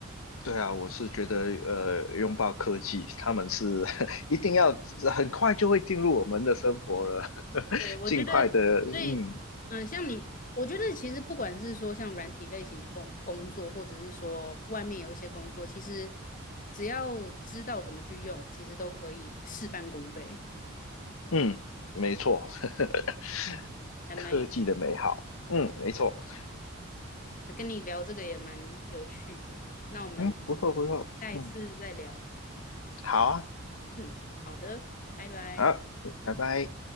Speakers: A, on the left; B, on the left.
A: 对啊，我是觉得呃，拥抱科技，他们是 <laughs> 一定要很快就会进入我们的生活了，<laughs>
B: 对，我觉得，
A: 尽快的，嗯
B: 所以，嗯、像你，我觉得其实不管是说像软体类型的工工作，或者是说外面有一些工作，其实只要知道怎么去用，其实都可以事半功倍，
A: 嗯，没错，<laughs>
B: 还蛮有趣。
A: 科技的美好，嗯，没错，
B: 那跟你聊这个也蛮有趣的，那我们我们下一次再聊。
A: 嗯，不错不错，嗯，好啊，
B: 嗯，好的，拜拜。
A: 好，拜拜。